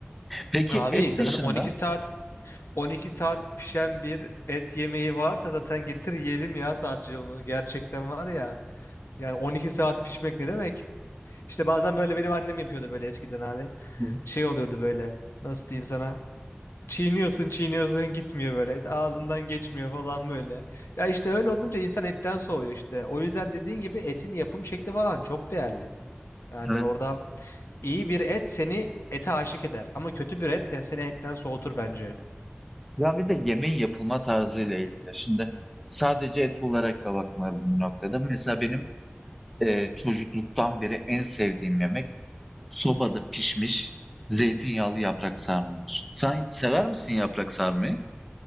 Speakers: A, in the centre; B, on the left.
A: Peki
B: Abi
A: et
B: zaten
A: dışında
B: 12 saat 12 saat pişen bir et yemeği varsa zaten getir yiyelim ya sadece onu. Gerçekten var ya. Yani 12 saat pişmek ne demek? İşte bazen böyle benim annem yapıyordu böyle eskiden abi.
A: Hı hı.
B: Şey oluyordu böyle. Nasıl diyeyim sana? Çiğniyorsun, çiğniyorsun gitmiyor böyle. Et ağzından geçmiyor falan böyle. Ya işte öyle olunca insan etten soğuyor işte. O yüzden dediğin gibi etin yapım şekli falan çok değerli. Yani
A: evet,
B: orada iyi bir et seni ete aşık eder. Ama kötü bir et yani seni etten soğutur bence.
A: ya bir de yemeğin yapılma tarzıyla ilgili. Şimdi sadece et olarak da bakmayalım bu noktada. Mesela benim e, çocukluktan beri en sevdiğim yemek Sobada pişmiş zeytinyağlı yaprak sarmadır. Sen sever misin yaprak sarmayı?